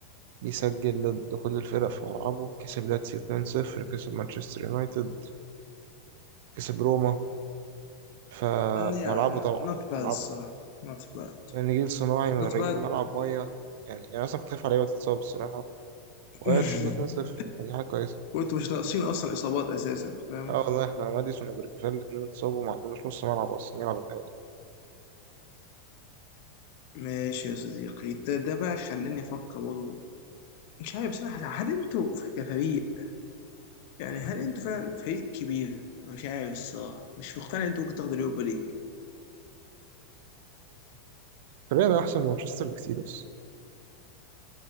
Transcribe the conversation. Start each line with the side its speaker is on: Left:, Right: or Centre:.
Right: بيسجل ضد كل الفرق في ملعبه كسب لاتسيو 2-0 كسب مانشستر يونايتد كسب روما ف-
Left: Mm,
Right: في
Left: yeah
Right: ملعبه
Left: n-
Right: طبعا
Left: not
Right: في
Left: bad
Right: ملعبه
Left: الصراحة
Right: طبعا
Left: not bad
Right: من جيل صناعي مغرقين
Left: not bad
Right: الملعب ميه يعني يعني اصلا كنت خايف على لعيبه تتصاب الصراحه
Left: <laughs>
Right: وهي كسبنا 2-0 فدي حاجة كويسة
Left: وانتوا مش ناقصين أصلا إصابات أساسا فاهم
Right: اه والله احنا ماديسون وبرجفال الاتنين اتصابوا ما عندناش نص ملعب اصلا نلعب النهائي
Left: ماشي يا صديقي ده, ده بقى خلاني افكر برضه مش عارف بصراحه هل انتوا كفريق يعني هل انتوا فعلا فريق كبير أنا مش عارف الصراحه مش مقتنع ان انتوا ممكن تاخدوا اليوروبا ليج
Right: فريقنا احسن من مانشستر بكتير بس